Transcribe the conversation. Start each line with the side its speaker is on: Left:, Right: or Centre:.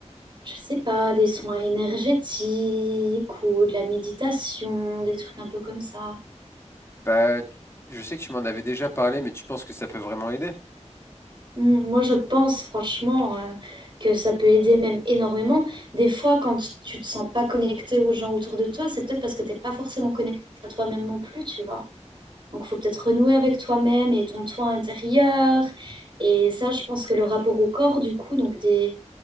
Right: je sais pas, des soins énergétiques ou de la méditation, des trucs un peu comme ça?
Left: Bah, tu- je sais que tu m'en avais déjà parlé, mais tu penses que ça peut vraiment aider?
Right: Hmm, Moi, je pense franchement euh, que ça peut aider même énormément. Des fois, quand tu te sens pas connecté aux gens autour de toi, c'est peut-être parce que t'es pas forcément connecté à toi-même non plus, tu vois. Donc, il faut peut-être renouer avec toi-même et ton toi intérieur. Et ça, je pense que le rapport au corps, du coup, donc des,